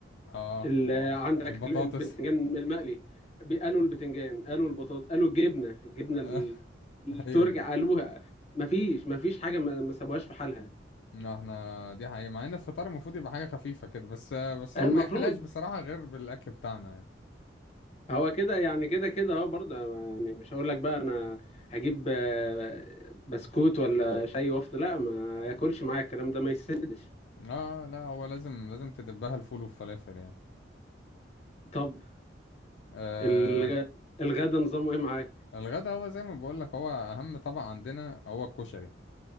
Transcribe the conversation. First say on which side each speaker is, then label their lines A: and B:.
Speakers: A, on the left; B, on the left.
A: اه
B: ال- عندك
A: والبطاطس
B: ال- البتنجان المقلي بي- قالوا البتنجان قالوا البطاطا قالوا الجبنه الجبنه
A: <laughs>
B: ال- التركي
A: ايوه
B: قالوها مفيش مفيش حاجه ما ما سابوهاش في حالها
A: لا، احنا دي حقيقة مع ان الفطار المفروض يبقى حاجة خفيفة كده بس بس هو
B: المفروض
A: ما يحلاش بصراحة غير بالاكل بتاعنا يعني
B: هو كده يعني كده كده اهو برضه يعني مش هقول لك بقى انا هجيب آه، بسكوت ولا شاي وافطر لا ما ياكلش معايا الكلام ده ما يسندش
A: اه لا هو لازم لازم تدبها الفول والفلافل يعني
B: طب
A: آه
B: الغ... الغدا نظامه ايه معاك
A: الغدا هو زي ما بقول لك هو اهم طبق عندنا هو الكشري